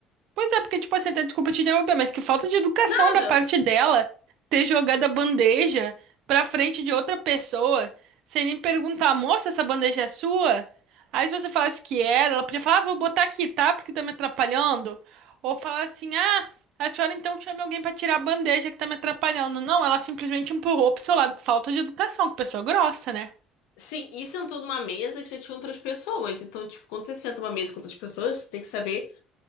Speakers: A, on the right; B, on the left.
A: Pois é, porque, tipo assim, até desculpa te interromper, mas que falta de educação
B: Nada.
A: da parte dela ter jogado a bandeja pra frente de outra pessoa, sem nem perguntar, moça, essa bandeja é sua? Aí se você falasse que era, ela podia falar, ah, vou botar aqui, tá? Porque tá me atrapalhando. Ou falar assim, ah, a senhora então chame alguém pra tirar a bandeja que tá me atrapalhando. Não, ela simplesmente empurrou pro seu lado, que falta de educação, que pessoa grossa, né?
B: Sim, e sentou numa mesa que já tinha outras pessoas. Então, tipo, quando você senta numa mesa com outras pessoas, você tem que saber